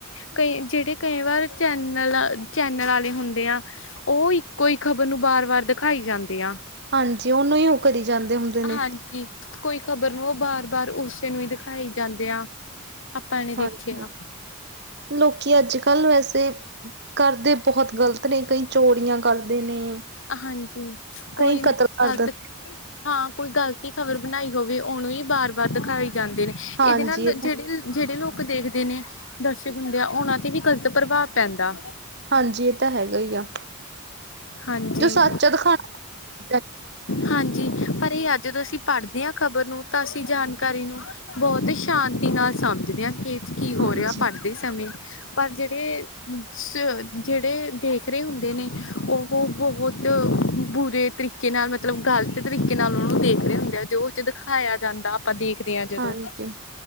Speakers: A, on the left (about 60°); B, on the right (about 50°).
A: ਕਈ ਜਿਹੜੇ ਕਈ ਵਾਰ ਚੈਨਲ ਆ ਚੈਨਲ ਵਾਲੇ ਹੁੰਦੇ ਆ, ਉਹ ਇੱਕੋ ਹੀ ਖ਼ਬਰ ਨੂੰ ਵਾਰ-ਵਾਰ ਦਿਖਾਈ ਜਾਂਦੇ ਆ।
B: ਹਾਂਜੀ ਉਹਨੂੰ ਹੀ ਉਹ ਕਰੀ ਜਾਂਦੇ ਹੁੰਦੇ। ਨੇ
A: ਹਾਂਜੀ ਕੋਈ ਖ਼ਬਰ ਨੂੰ ਉਹ ਬਾਰ-ਬਾਰ ਉਸੇ ਨੂੰ ਹੀ ਦਿਖਾਈ ਜਾਂਦੇ ਆ। ਆਪਾਂ ਨੇ ਦੇਖਿਆ
B: ਹਾਂਜੀ ਲੋਕੀ ਅੱਜ ਕੱਲ ਵੈਸੇ ਕਰਦੇ ਬਹੁਤ ਗ਼ਲਤ ਨੇ ਕਈ ਚੋਰੀਆਂ ਕਰਦੇ ਨੇ,
A: ਹਾਂਜੀ ਕੋਈ
B: ਕਈ
A: ਮ
B: ਕਤਲ
A: ਗਲਤ
B: ਕਰਦੇ
A: ਹਾਂ ਕੋਈ ਗ਼ਲਤੀ ਖ਼ਬਰ ਬਣਾਈ ਹੋਵੇ, ਉਹਨੂੰ ਹੀ ਬਾਰ ਵਾਰ ਦਿਖਾਏ ਜਾਂਦੇ ਨੇ
B: ਹਾਂਜੀ
A: ਇਹਦੇ ਨਾਲ
B: ਇਹ
A: ਜਿਹੜੇ
B: ਤਾਂ
A: ਜਿਹੜੇ ਲੋਕ ਦੇਖਦੇ ਨੇ ਦਰਸ਼ਕ ਹੁੰਦੇ ਆ ਉਹਨਾਂ ਤੇ ਵੀ ਗ਼ਲਤ ਪ੍ਰਭਾਵ ਪੈਂਦਾ।
B: ਹਾਂਜੀ ਇਹ ਤਾਂ ਹੈਗਾ ਹੀ ਆ।
A: ਹਾਂਜੀ।
B: ਜੋ ਸੱਚ ਆ ਦਿਖਾਣਾ ਵੀ ਚਾਹੀਦਾ।
A: ਹਾਂਜੀ, ਪਰ ਇਹ ਜਦੋਂ ਅਸੀਂ ਪੜ੍ਹਦੇ ਹਾਂ ਖ਼ਬਰ ਨੂੰ ਤਾਂ ਅਸੀਂ ਜਾਣਕਾਰੀ ਨੂੰ ਬਹੁਤ ਹੀ ਸ਼ਾਂਤੀ ਨਾਲ ਸਮਝਦੇ ਹਾਂ ਏਦੇ ਚ ਕੀ ਹੋ
B: ਹਾਂਜੀ
A: ਰਿਹਾ ਪਰ ਦੇ ਸਮੇਂ ਪਰ ਜਿਹੜੇ-ਜਿਹੜੇ ਦੇਖ ਰਹੇ ਹੁੰਦੇ ਨੇ ਉਹ ਬਹੁਤ ਬੁਰੇ ਤਰੀਕੇ ਨਾਲ ਮਤਲਬ ਗ਼ਲਤ ਤਰੀਕੇ ਨਾਲ ਉਹਨਾਂ ਨੂੰ ਦੇਖਦੇ ਹੁੰਦੇ ਆ ਜੋ ਦਿਖਾਇਆ ਜਾਂਦਾ। ਦੇਖਦੇ ਹਾਂ ਜਦੋਂ,
B: ਹਾਂਜੀ